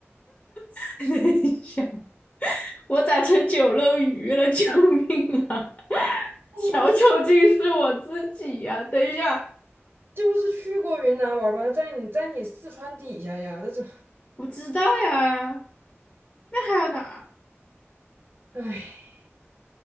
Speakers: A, on the left; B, on the right.
A: <laughs> 等一下，我咋成九漏鱼了？<laughs> 救命啊！小丑竟是我自己呀、
B: 你不是
A: <laughs> 等一下，
B: 这不是去过云南玩儿吗？在你在你四川底下呀，这这，
A: 我知道呀。那还有哪儿？
B: 哎，